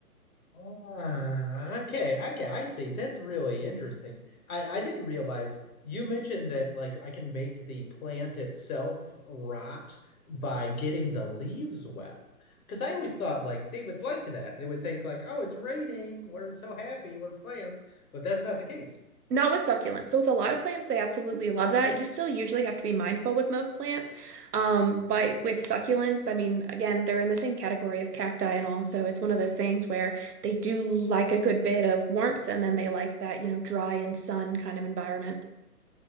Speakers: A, on the left; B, on the right.
A: Ah, okay, okay, I see. That's really interesting. I, I didn't realize you mentioned that like I can make the plant itself rot by getting the leaves wet. Because I always thought like they would like that. They would think like, oh, it's raining. We're so happy. We're plants. But that's not the case.
B: Not with succulents. So with a lot of plants, they absolutely love that. You still usually have to be mindful with most plants. Um, but with succulents, I mean, again, they're in the same category as cacti and all. So it's one of those things where they do like a good bit of warmth and then they like that, you know, dry and sun kind of environment.